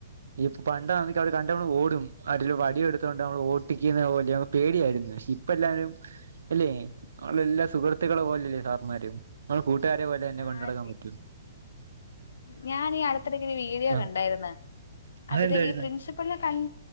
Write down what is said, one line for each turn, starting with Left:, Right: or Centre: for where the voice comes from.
Right: ഇപ്പൊ പണ്ടാക്ക് അവിടെ കണ്ടവടെ ഓടും അതില് വടി എടുത്തോണ്ട് നമ്മൾ ഓട്ടിക്കുന്ന പോലെ പേടിയായിരുന്നു പക്ഷെ ഇപ്പ എല്ലാരും എല്ലേ നമ്മളെല്ലാ സുഹൃത്തുക്കളെ പോലല്ലേ സാർമാരും നമ്മള് കൂട്ടുകാരെ പോലെ തന്നെ
Left: ആഹ്
Right: കൊണ്ടടക്കാൻ പറ്റും
Left: ഞാൻ ഈ അടുത്തിടെക്ക ഒരു വീഡിയോ
Right: ആഹ്
Left: കണ്ടായിരുന്നു അതില്
Right: അതെന്തായിരുന്നു
Left: ഈ പ്രിൻസ് പിൾനെ കണ്